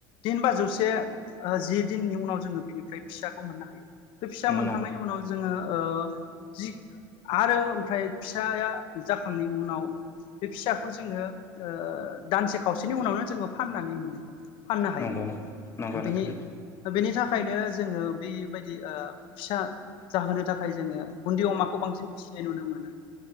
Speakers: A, on the left; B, on the left.
A: दिन बा जौसे ओ जि दिननि उनाव जोङो बिनिफ्राय फिसाखौ मोननो हायो। बे फिसा
B: नंगौ
A: मोनखांनायनि उनाव जोङो ओ जि आरो उन्थाय फिसाया जाखांनायनि उनाव बे फिसाखौ जोङो ओ दानसे खावसेनि उनावनो जोङो फाननानै मोनो। फाननो हायो
B: नंगौ नंगौ
A: बेनि
B: नोंथां।
A: बेनि थाखायनो जोङो बेबायदि ओ फिसा जाहोनो थाखाय जोङो बुन्दि अमाखौ बांसिन फिसिनाय नुनो मोनो।